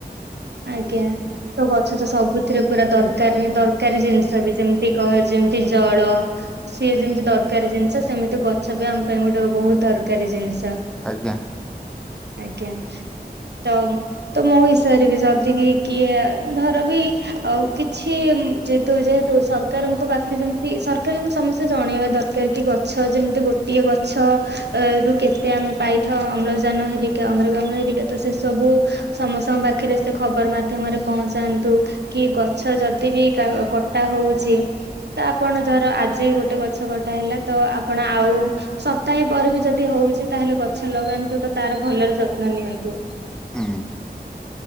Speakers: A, on the right; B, in the centre.
A: ଆଜ୍ଞା ତ ଗଛ ତ ସବୁ ଥିରେ ପୁରା ଦର ଦରକାରୀ ଜିନିଷ ବି ଯେମିତି କହ ଯେମତି ଜଳ ସିଏ ଯେମିତି ଦରକାରୀ ଜିନିଷ ସେମିତି ଗଛ ବି ଆମ ପାଇଁ ଗୋଟେ ବହୁତ ଦରକାରୀ ଜିନିଷ।
B: ଆଜ୍ଞା।
A: ଆଜ୍ଞା ତ ତ ମୋ ବସୟରେ ବି ଯଦି ବି କିଏ ଧର ବି ଆଉ କିଛି ଯେହେତୁ ଯେହେତୁ ସରକାରଙ୍କ ପାଖରେ ଯେମତି ସରକାର ଯେମତି ସମସ୍ତେ ଜଣେଇବା ଦରକାର କି ଗଛ ଯେମିତି ଗୋଟିଏ ଗଛ ରୁ କେତେ ଆମେ ପାଇଥାଉ ଅମ୍ଳଜାନ ହେରିକି ଅଙ୍ଗାରକାମ୍ଳ ହେରିକା ତ ସେ ସବୁ ସମସ୍ତଙ୍କ ପାଖରେ ସେ ଖବର ମାଧ୍ୟମରେ ପହଞ୍ଚାନ୍ତୁ କି ଗଛ ଯଦି ବି କା କଟା ହଉଛି ତ ଆପଣ ଧର ଆଜି ଗୋଟେ ଗଛ କଟା ହେଲା ତ ଆପଣ ଆଉ ସପ୍ତାହେ ପରେ ବି ଯଦି ହଉଛି ତାହେଲେ ଗଛ ଲଗାନ୍ତୁ ତ ତାର ଭଲରେ ଯତ୍ନ ନିଅନ୍ତୁ।
B: ହୁଁ ।